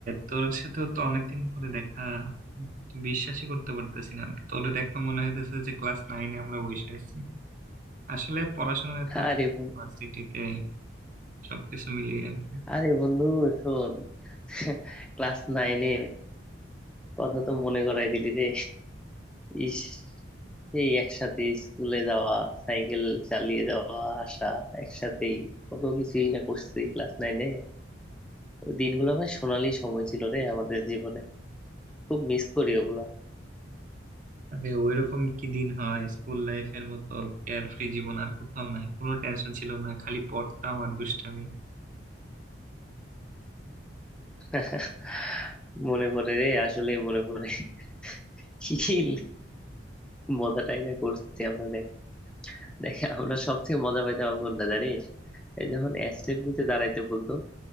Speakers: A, on the right; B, in the centre.
A: তোর সাথেও তো অনেকদিন পরে দেখা তো বিশ্বাসই করতে পারতেছি না তোরে দেখা মনে হইতেছে যে ক্লাস নাইনে আমরা বসে আছি আসলে পড়াশোনা এত
B: আরে বন্ধু
A: ভার্সিটিতে সবকিছু মিলিয়ে আর কি
B: আরে বন্ধু শোন <laughs> ক্লাস নাইনে কথা তো মনে করাই দিলি রে ইস এই একসাথে স্কুলে যাওয়া সাইকেল চালিয়ে যাওয়া আসা একসাথেই কত কিছুই না করছি ক্লাস নাইনে ওই দিনগুলো ভাই সোনালি সময় ছিল রে আমাদের জীবনে খুব মিস করি ওগুলা
A: আরে ওইরকম কি দিন হয় স্কুল লাইফের মতো কেয়ার ফ্রি জীবন আর কোথাও নাই কোনো টেনশন ছিল না খালি পড়তাম আর দুষ্টামি
B: <laughs> মনে পড়ে রে আসলেই মনে পড়ে <laughs> কি মজাটাই না করছি আমরা দেখ দেখ আমরা সব থেকে মজা পাইতাম কোনটা জানিস এই যখন অ্যাসেম্বলিতে দাঁড়াইতে বলতো